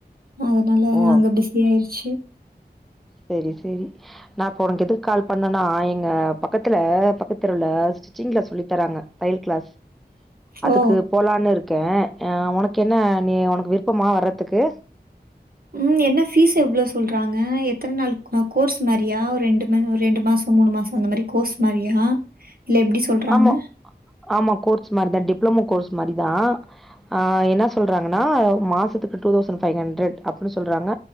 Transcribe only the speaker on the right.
அதனால
அங்க பிஸ்ஸு ஆய்ருச்சு இப்
ஓ!
உம் என்ன ஃபீஸ் எவ்ளோ சொல்றாங்க எத்தன் நாள் ஆஹ் கோர்ஸ் மாரியா ஒரு ரெண்டு <unintelligible> ஒரு ரெண்டு மாசோ மூணு மாசோ இந்த மாரி கோர்ஸ் மாரியா இல்ல எப்டி சொல்றாங்க?